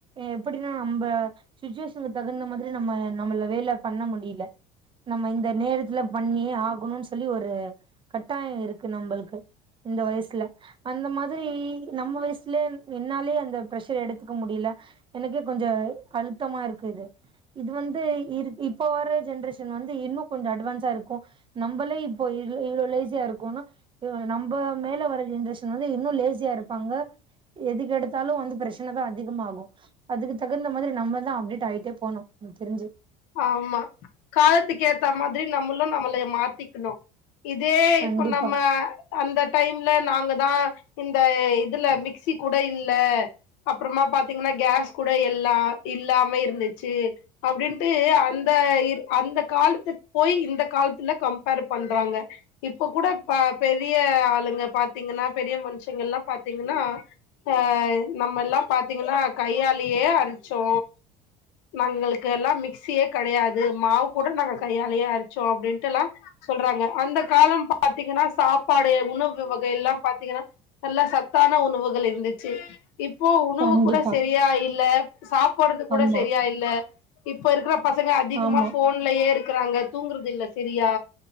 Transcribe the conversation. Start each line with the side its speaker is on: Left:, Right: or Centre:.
Right: எப்புடின்னா நம்ப சுச்சுவேஷனுக்கு தகுந்த மாதிரி நம்ம நம்மள வேல பண்ண முடியல நம்ம இந்த நேரத்துல பண்ணியே ஆகணுன்னு சொல்லி ஒரு கட்டாயோ இருக்கு நம்பளுக்கு இந்த வயசுல அந்த மாதிரி நம்ம வயசுலே என்னாலயே அந்த ப்ரசர் எடுத்துக்க முடியல எனக்கே கொஞ்ச அழுத்தமா இருக்குது இது வந்து இருக் இப்போ வர்ற ஜென்ரேஷன் வந்து இன்னு கொஞ்ச அட்வான்சா இருக்கும் நம்பளே இப்போ இருக் இல்ல இவ்ளோ லேசியா இருக்கோன்னா இ நம்ப மேல வர்ற ஜென்ரேஷன் வந்து இன்னும் லேசியா இருப்பாங்க எதுக்கு எடுத்தாலு வந்து ப்ரச்சன தா அதிகமாகும் அதுக்கு தகுந்த மாதிரி நம்ம தா அப்டேட் ஆயிட்டே போனு எனக்கு தெருஞ்சு
Left: ஆமா காலத்துக்கேத்த மாதிரி நம்மளு நம்மள மாத்திக்கணு இதே
Right: கண்டிப்பா
Left: இப்போ நம்ம அந்த டைம்ல நாங்க தா இந்த இதுல மிக் மிக்சி கூட இல்ல அப்பறமா பாத்தீங்கன்னா கேஸ் கூட எல்லா இல்லாம இருந்துச் ச்சு அப்டின்ட்டு அந்த இரு அந்த காலத்துக்கு போய் இந்த காலத்துல கம் ம்ஃபேர் பண்றாங்க இப்ப கூட ப பெரிய ஆளுங்க பாத்தீங்கன்னா பெரிய மனுசங்கெல்லா பாத்தீங்கன்னா ஆ நம்ம எல்லாம் பாத்தீங்கன்னா கையாலயே அரச்சோ நாங்களுக்கு எல்லா மிக் சியே கெடையாது மாவு கூட நாங்க கையாலையே அரச்சோ அப்டின்ட்டெல்லா சொல்றாங்க அந்த காலம் பா பாத்தீங்கன்னா சாப்பாடு உணவு வகை எல்லாம் பாத்தீங்கன்னா நல்லா சத்தான உணவுகள் இருந்துச்சு இப்போ உணவு
Right: கண்டிப்பா
Left: கூட செரியா இல்ல சாப்பட்றது கூட
Right: ஆமா
Left: செரியா இல்ல இப் இப்ப இருக்கற பசங்க அதிகமா
Right: ஆமா
Left: ஃபோன்லயே இருக்குறாங்க தூங்குறது இல்ல செரியா